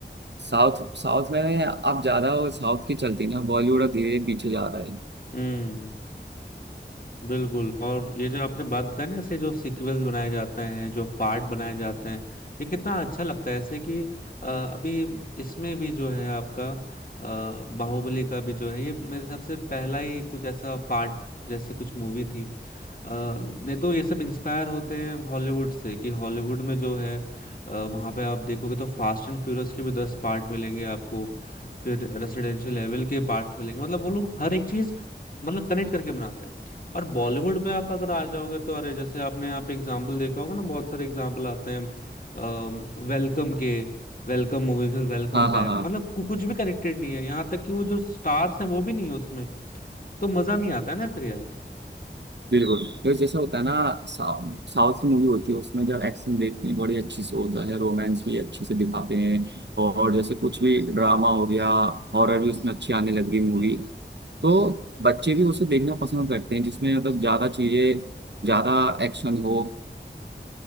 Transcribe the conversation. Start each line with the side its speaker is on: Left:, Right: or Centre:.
Right: साउथ साउथ में आप ज्यादा वो साउथ की चलती ना बॉलीवुड अब धीरे धीरे पीछे जा रहा है
Left: हम्म बिल्कुल और ये जो आपने बात बताई ना ऐसे जो सीक्वल्स बनाए जाते हैं जो पार्ट बनाए जाते हैं ये कितना अच्छा लगता है ऐसे कि अ, अभी इसमें भी जो है आपका अ, बाहुबली का भी जो है ये मेरे हिसाब से पहला ही कुछ ऐसा पार्ट जैसी कुछ मूवी थी आ, नहीं तो ये सब इंस्पायर होते हैं हॉलीवुड से कि हॉलीवुड में जो है आ, वहाँ पे आप देखोगे तो फास्ट एंड फ्यूरियस के भी दस पार्ट मिलेंगे आपको फिर रेसिडेंशियल लेवल के पार्ट्स मिलेंगे मतलब वो लोग हर एक चीज मतलब कनेक्ट करके बनाते हैं और बॉलीवुड में आप अगर आ जाओगे तो अरे जैसे आपने यहाँ पे एग्जाम्पल देखा होगा ना बहुत सारे एग्जाम्पल आते हैं वेलकम के वेलकम मूवी फिर वेलकम
Right: हाँ
Left: बैक
Right: हाँ हाँ
Left: मतलब कु- कुछ भी कनेक्टेड नहीं है यहाँ तक कि वो जो स्टार्स हैं वो भी नहीं है उसमें तो मजा नहीं आता है ना फिर यार
Right: बिल्कुल तो जैसे होता है ना साउथ साउथ की मूवी होती है उसमें जब एक्शन देखते हैं बड़ी अच्छी से होता है रोमांस भी अच्छे से दिखाते हैं और जैसे कुछ भी ड्रामा हो गया हॉरर भी उसमें अच्छी आने लग गई मूवी तो बच्चे भी उसे देखना पसंद करते हैं जिसमें मतलब ज्यादा चीजें ज्यादा एक्शन हो